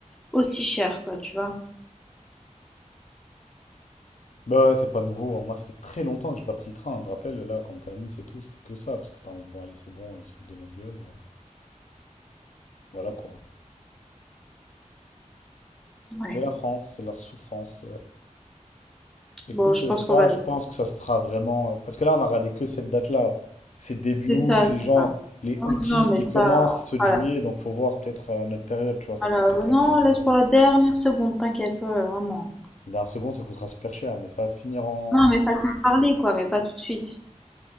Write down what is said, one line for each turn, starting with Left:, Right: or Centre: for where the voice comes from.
Centre: aussi cher, quoi, tu vois.
Left: Bah, ouais, c'est pas nouveau. hein. Moi, ça fait très longtemps que j'ai pas pris le train. Je te rappelle, là, quand t'es à Nice et tout, c'était que ça. Parce que t'es en mode, bon, allez, c'est bon, ils se foutent de notre gueule. euh, Voilà, quoi.
Centre: Ouais.
Left: C'est la France, c'est la souffrance. euh, Écoute,
Centre: Bon, je
Left: euh,
Centre: pense
Left: ça,
Centre: qu'on va laisser
Left: je pense
Centre: ça.
Left: que ça se fera vraiment. euh, Parce que là, on a regardé que cette date-là. C'est début
Centre: C'est
Left: août,
Centre: ça,
Left: les
Centre: c'est
Left: gens,
Centre: ça.
Left: les
Centre: Oh,
Left: aoûtistes,
Centre: non, mais
Left: ils
Centre: ça,
Left: commencent, c'est
Centre: on
Left: ce
Centre: fera
Left: juillet,
Centre: la-
Left: donc faut voir peut-être à notre période, tu vois, ça
Centre: on la-
Left: peut peut-être
Centre: non,
Left: être plus intéressant.
Centre: laisse pour la dernière seconde, t'inquiète, ouais, ouais, vraiment.
Left: D'un second, ça coûtera super cher, mais ça va se finir en.
Centre: Non, mais façon de parler, quoi, mais pas tout de suite.